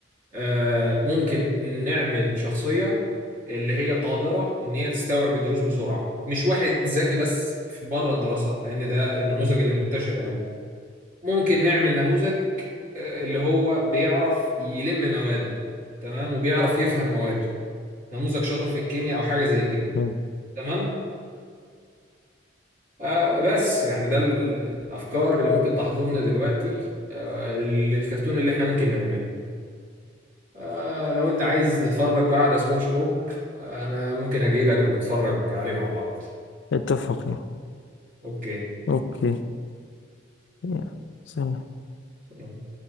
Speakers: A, on the right (about 45°); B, on the left (about 70°).
A: آه، ممكن نعمل شخصية اللي هي قادرة ان هي تستوعب الدروس بسرعة مش واحد ذكي بس في بره الدراسة لان ده النموذج اللي منتشر قوي ممكن نعمل نموذج آه، اللي هو بيعرف يلم مواده تمام وبيعرف يفهم مواده نموذج شاطر في الكيمياء او حاجة زي كده
B: م.
A: تمام آه بس يعني ده ال- الافكار اللي ممكن تحضرنا دلوقتي آه الكرتون اللي احنا ممكن نعمله آه لو انت عايز نتفرج بقى على سبونج بوب آه انا ممكن اجي لك ونتفرج عليه مع بعض
B: اتفقنا
A: اوكي
B: اوكي يلا، سلام
A: يلا.